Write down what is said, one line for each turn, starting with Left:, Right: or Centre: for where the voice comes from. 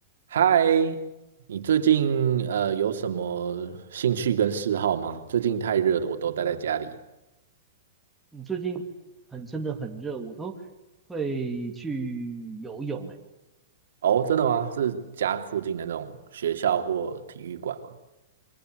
Right: 嗨，你最近呃有什么兴趣跟嗜好吗？最近太热了，我都待在家里。
Centre: 你最近很真的很热，我都会去游泳诶。哎
Right: 哦，真的吗？是家附近的那种学校或体育馆吗？